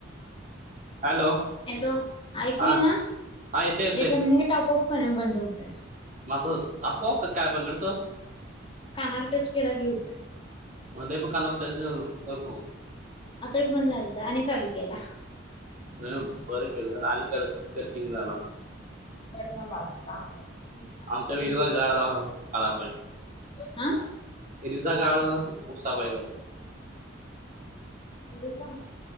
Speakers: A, on the right; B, on the left.
A: हॅलो
B: हॅलो ऐकूय
A: हा
B: ना
A: हा येते येते
B: हेचा नेट आपोआप करण बंद होत
A: माझ आपोआप का काय बंगडत
B: कानाल टच केला होतय
A: मला पण काना त्याच करत
B: आता बंद झालत आणि चालू केला
A: हम् बर केल आणि कटिंग झाला
B: कडेवाला असता पुन्हा रिटर्न
A: आमच्या विरचा गा खरा पाहिज
B: आ
A: हरीचा गाळ उपसाबाई बाई
B: म जा